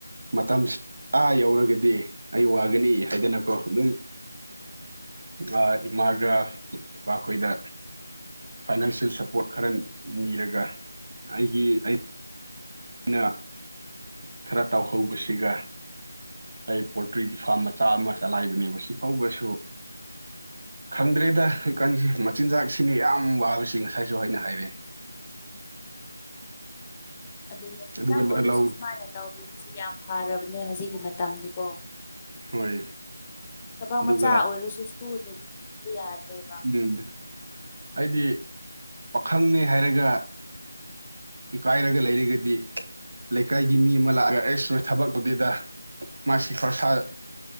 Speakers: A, on the right (about 50°); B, on the left (about 15°).
A: ꯃꯇꯝꯁꯤ ꯑꯥ ꯌꯧꯔꯒꯗꯤ ꯑꯩ ꯋꯥꯒꯅꯤ ꯍꯥꯏꯗꯅꯀꯣ ꯑꯗꯨꯝ ꯑ ꯏꯃꯥꯒ ꯏꯄꯥꯈꯣꯏꯗ ꯐꯥꯏꯅꯥꯟꯁꯤꯌꯦꯜ ꯁꯞꯄꯣꯔꯠ ꯈꯔ ꯅꯤꯔꯒ ꯑꯩꯒꯤ ꯑꯩ ꯅ ꯈꯔ ꯇꯥꯎꯍꯧꯕꯁꯤꯒ ꯑꯩ ꯄꯣꯜꯇ꯭ꯔꯤꯒꯤ ꯐꯥꯔꯝ ꯃꯆꯥ ꯑꯃ ꯆꯂꯥꯏꯕꯅꯦꯕ ꯁꯤꯐꯥꯎꯕꯁꯨ ꯈꯪꯗ꯭ꯔꯦꯗ ꯍꯨꯏꯀꯥꯟꯁꯤ ꯃꯆꯤꯟꯖꯥꯛꯁꯤꯅ ꯌꯥꯝ ꯋꯥꯕꯁꯤ ꯉꯁꯥꯏꯁꯨ ꯑꯩꯅ ꯍꯥꯏꯔꯦ
B: ꯑꯗꯨꯅꯦ ꯈꯤꯇꯪ
A: ꯑꯗꯨꯒ
B: ꯑꯣꯔꯗꯔꯁꯨ
A: ꯂꯧ
B: ꯁꯨꯃꯥꯏꯅ ꯇꯧꯕꯤꯁ ꯌꯥꯝ ꯐꯔꯕꯅꯦ ꯍꯧꯖꯤꯛꯀꯤ ꯃꯇꯝꯗꯤꯀꯣ
A: ꯍꯣꯏ
B: ꯊꯕꯛ
A: ꯑꯗꯨꯒ
B: ꯃꯆꯥ ꯑꯣꯏꯔꯁꯨ ꯁ꯭ꯀꯨꯜꯗ꯭ꯔꯗꯤ ꯌꯥꯗ꯭ꯔꯦꯕ
A: ꯎꯝ ꯑꯩꯗꯤ ꯄꯥꯈꯪꯅꯤ ꯍꯥꯏꯔꯒ ꯏꯀꯥꯏꯔꯒ ꯂꯩꯔꯒꯗꯤ ꯂꯩꯀꯥꯏꯒꯤ ꯃꯤ ꯑꯃ ꯂꯥꯛꯑꯒ ꯑꯩꯁ ꯅꯣꯏ ꯊꯕꯛꯇꯨꯗꯩꯗ ꯃꯥꯁꯤ ꯈꯣꯔꯁꯥ